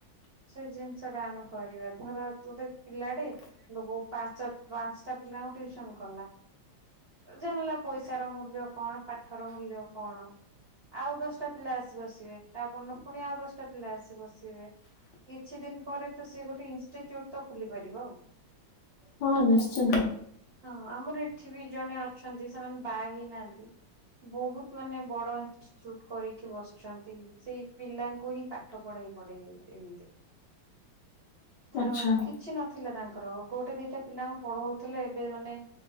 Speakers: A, on the right; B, on the left.
A: ସେ ଜିନିଷ ଟା ଆମ କରିବା ଧର ତୁଟେ ପିଲାଟେ କି ପା ପାଞ୍ଚଟା ପିଲାଙ୍କୁ ଟିଉସନ କଲା ଜାଣିଲ ପଇସାର ମୂଲ୍ୟ କଣ ପାଠର ମୂଲ୍ୟ କଣ। ଆଉ ଦଶଟା ପିଲା ଆସି ବସିବେ ତାପନ ପୁଣି ଆଉ ଦଶଟା ପିଲା ଆସି ବସିବେ। କିଛି ଦିନ ପରେ ତ ସେ ଗୋଟେ ଇନଷ୍ଟିଚ୍ୟୁଟ ତ ଖୋଲି ପାରିବ।
B: ହଁ ନିଶ୍ଚିନ୍ତ।
A: ହଁ ଆମର ଏଠି ବି ଜଣେ ଅଛନ୍ତି ସେମାନେ ବା ହେଇ ନାହାନ୍ତି ବହୁତ ମାନେ ବଡଇନଷ୍ୟୁଟୁଡ କରିକି ବସିଛନ୍ତି ସେଇ ପିଲାଙ୍କୁ ହିଁ ପାଠ ପଢେଇ ପଢେଇ ଏମିତି ଆଉ
B: ଆଚ୍ଛା
A: କିଛି ନଥିଲା ତାଙ୍କର କୋଉଟେ ଦିଟା ପିଲାଙ୍କୁ ପଢଉଥିଲେ ଏବେ ମାନେ